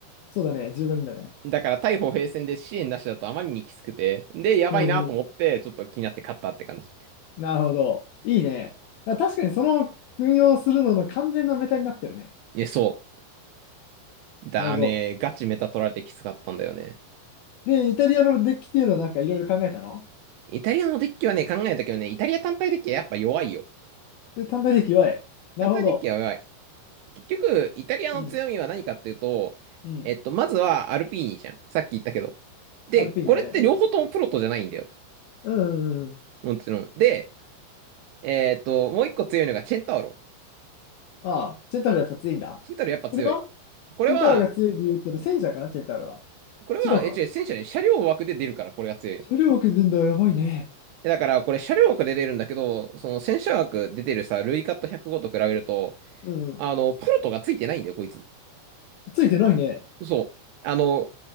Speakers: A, on the left; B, on the right.
A: そうだね。15人だね。
B: ん。だから、対歩兵戦で支援なしだとあまりにきつくて、で、やばいなと思って、
A: うん、うん。
B: ちょっと気になって勝ったって感じ。
A: なるほど。いいね。あ確かにその運用するのの完全なメタになってるね。
B: え、そう。だね、
A: なるほど。
B: ガチメタ取られてきつかったんだよね。
A: で、イタリアのデッキっていうのはなんかいろいろ考えたの
B: イタリアのデッキはね、考えたけどね、イタリア単体デッキはやっぱ弱いよ。
A: で、単体デッキ弱い。なるほど。
B: 単体デッキは弱い。結局、イタリアの強みは何かっていうと、
A: うん、うん。
B: えっと、まずはアルピーニじゃん。さっき言ったけど。で、
A: アルピーニだね。
B: これって両方ともプロトじゃないんだよ。
A: うん、うん、うん。うん
B: もちろん。で、えっと、もう一個強いのがチェンタウロ。
A: ああ、セントラルやっぱ強いんだ。
B: チェンタウロやっぱ強い。
A: それは
B: これは、
A: センタウロが強い理由ってのは戦車かな、センタウロは。
B: これは、
A: 違うか。
B: え、違う、戦車ね、車両枠で出るから、これが強いの。
A: 車両を削るんだ、やばいね。
B: だから、これ車両枠で出るんだけど、その戦車枠で出てるさ、ルイカット105と比べると、
A: うん。
B: あの、プロトがついてないんだよ、こいつ。
A: ついてないね。
B: そう。あの、